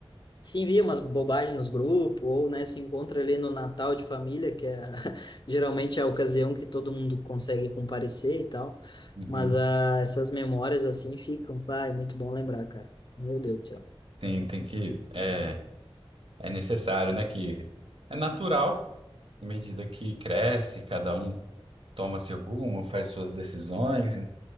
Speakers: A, on the left; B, on the right.
A: se envia umas bobagens nos grupos, ou, né, se encontra ali no Natal de família, que é <laughs> geralmente é a ocasião que todo mundo consegue comparecer e tal,
B: Uhum.
A: mas ah, essas memórias, assim, ficam, vai, muito bom lembrar, cara. Meu Deus do céu.
B: Tem, tem que. É, é necessário, né? Que é natural. à medida que cresce, cada um toma seu rumo, faz suas decisões,